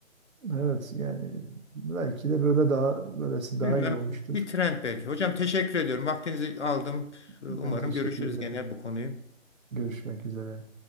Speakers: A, on the right; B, on the left.
A: Evet yani belki de böyle daha böylesi daha
B: Bilmem.
A: iyi olmuştur.
B: Bir trend belki. Hocam teşekkür ediyorum. Vaktinizi aldım. Umarım
A: Ben teşekkür
B: görüşürüz
A: ederim.
B: gene bu konuyu.
A: Görüşmek üzere.